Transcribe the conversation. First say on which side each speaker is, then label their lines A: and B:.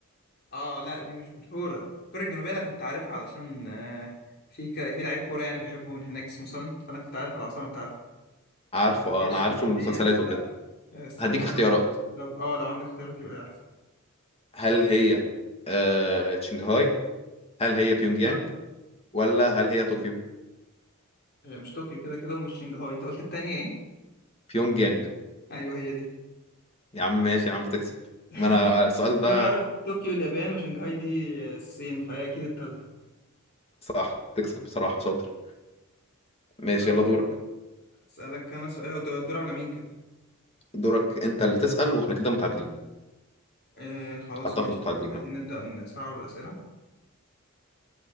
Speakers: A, on the left (about 50°); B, on the left (about 30°).
A: اه لا دي مش مشهورة كوريا الجنوبية انا كنت عارفها علشان آه، في ك... في لعيب كورة يعني بحبه من هناك اسمه سون فانا كنت عارف العاصمة بتاعته
B: عارفه آه،
A: هي الشمالية
B: انا عارفه من المسلسلات وكده
A: لا آه، الصراحة
B: هديك
A: ما
B: اختيارات
A: اعرفش لو اه لو عندك اختيارات يبقى احسن
B: هل هي آه، شنغهاي هل هي بيونج يانج
A: لا
B: ولا هل هي طوكيو
A: هي مش طوكيو كده كده ومش شنغهاي انت قلت التانية ايه؟
B: بيونج يانج
A: ايوه هي دي
B: يا عم ماشي يا عم تكسب
A: <laughs>
B: ما انا السؤال
A: اصل
B: ده
A: انا عارف طوكيو اليابان وشنغهاي دي الصين فهي اكيد التالتة
B: صح تكسب بصراحة شاطر ماشي
A: آه،
B: يلا دورك
A: اسالك انا سؤال وده الدور على مين كده
B: دورك انت اللي تسأل واحنا كده متعادلين
A: آه خلاص
B: اعتقد
A: ماشي
B: متعادلين
A: عايزين
B: آه.
A: نبدا نصعب الاسئله